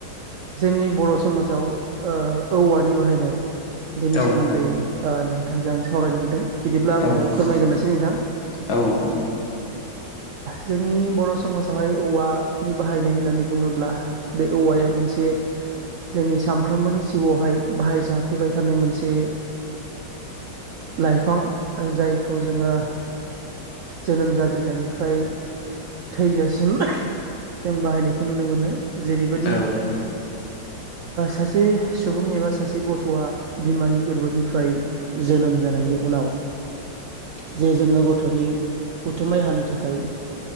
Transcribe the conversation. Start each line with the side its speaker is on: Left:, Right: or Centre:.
Right: जोंनि बर' समाजाव ओ औवानि बाहायनाय बेनि
Left: औ
Right: सोमोन्दै
Left: नोंथां
Right: ओ नोंथांजों आं सावरायनो हरदों। बिदिब्ला आंनो
Left: औ नोंथां
Right: फोरमायग्रोसै नोंथां।
Left: औ नोंथां
Right: जोंनि बर' समाजावहाय औवा नि बाहायनाय होननानै बुङोब्ला बे औवाया मोनसे जोंनि सानफ्रोमबोनि जिउआवहाय बाहाय जाफ्लेबाय थानाय मोनसे लाइफां जायखौ जोङो जोनोम जाजेन्नायनिफ्राय थैजासिम जों बाहायनायखौ नुनो मोनो जेरैबादि
Left: औ नोंथां औ
Right: सासे सुबुं एबा सासे गथ'आ बिमानि गोरबोनिफ्राय जोनोम जानायनि उनाव जे जोङो गथ'नि उथुमाय हानो थाखाय